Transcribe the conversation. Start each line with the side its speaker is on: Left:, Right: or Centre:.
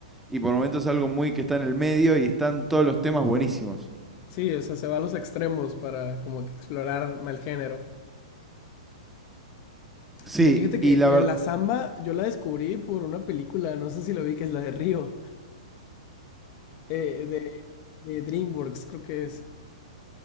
Centre: y por momentos algo muy que está en el medio y están todos los temas buenísimos.
Left: Sí, o sea, se va a los extremos para como que explorar el género.
Centre: Sí,
Left: Sí, fíjate que
Centre: y la verdad...
Left: eh, la samba yo la descubrí por una película, no sé si lo vi, que es la de Río, eh, de, de DreamWorks, creo que es.